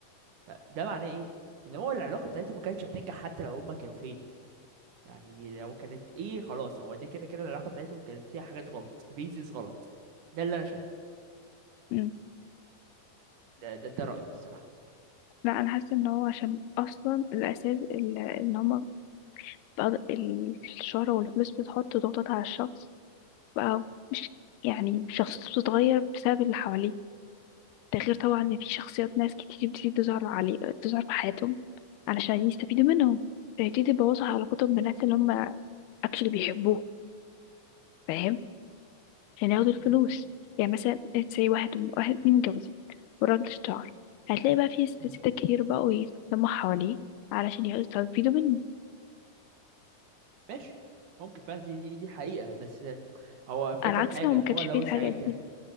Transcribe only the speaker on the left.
مم.
لا انا حاسه ان هو عشان اصلا الاساس ال- ان هما بقض- الشهرة والفلوس بتحط ضغطات على الشخص بقى مش يعني شخصيته بتتغير بسبب اللي حواليه ده غير طبعا ان في شخصيات ناس كتير بتيجي تظهر عليه تظهر في حياتهم علشان يستفيدوا منهم فيبتدي يبوظوا علاقتهم بالناس اللي هما اكشلي بيحبوهم فاهم عشان ياخدوا الفلوس
يعني مثلا زي واحد واحد اتنين متجوزين والراجل اشتهر هتلاقي بقى في ست
ستات كتير بقوا يتلموا حواليه علشان يقدروا يستفيدوا منه
على عكس
لو ما
كانش
فيه الحاجات
دي